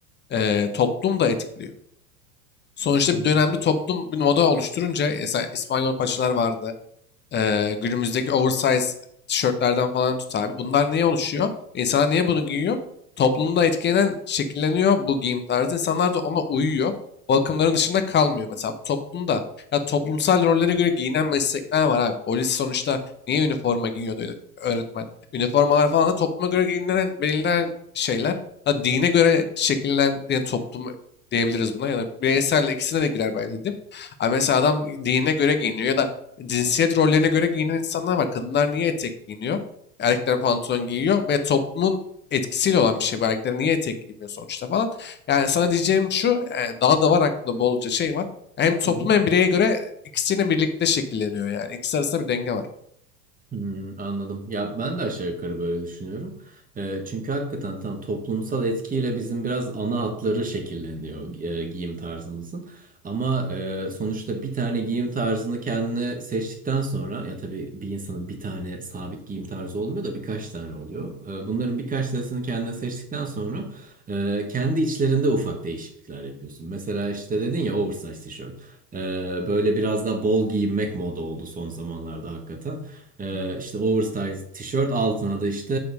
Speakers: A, on the left (about 20°); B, on the right (about 15°).
A: e, toplum da etkiliyor. Sonuçta
B: Hı hı.
A: bir dönemde toplum bir moda oluşturunca mesela İspanyol paçalar vardı. Ee, günümüzdeki oversize tişörtlerden falan tut abi. Bunlar niye oluşuyor? İnsanlar niye bunu giyiyor? Toplumda etkilenen, şekilleniyor bu giyim tarzı. İnsanlar da ona uyuyor. O akımların dışında kalmıyor. Mesela bu toplumda ya toplumsal rollere göre giyinen meslekler var abi. Polis sonuçta niye üniforma giyiyordu öğretmen? Üniformalar falan da topluma göre giyinen, belirlenen şeyler. Ha, dine göre şekillenen yani toplum diyebiliriz buna ya da bireysel ikisine de girer ben dedim. Abi mesela adam dine göre giyiniyor ya da cinsiyet rollerine göre giyinen insanlar var. Kadınlar niye etek giyiniyor? Erkekler pantolon giyiyor ve toplumun etkisiyle olan bir şey bu. Erkekler niye etek giymiyor sonuçta falan. Yani sana diyeceğim şu, e, daha da var aklımda bolca şey var. Hem toplum
B: Hı hı.
A: hem bireye göre ikisini birlikte şekilleniyor yani. İkisi arasında bir denge var.
B: Hmm, anladım. Ya ben de aşağı yukarı böyle düşünüyorum. Ee, çünkü hakikaten tam toplumsal etkiyle bizim biraz ana hatları şekilleniyor e, giyim tarzımızın. Ama e, sonuçta bir tane giyim tarzını kendine seçtikten sonra ya tabii bir insanın bir tane sabit giyim tarzı olmuyor da birkaç tane oluyor. E, bunların birkaç tanesini kendine seçtikten sonra e, kendi içlerinde ufak değişiklikler yapıyorsun. Mesela işte dedin ya oversize tişört. E, böyle biraz daha bol giyinmek moda oldu son zamanlarda hakikaten. Ee, işte oversize tişört altına da işte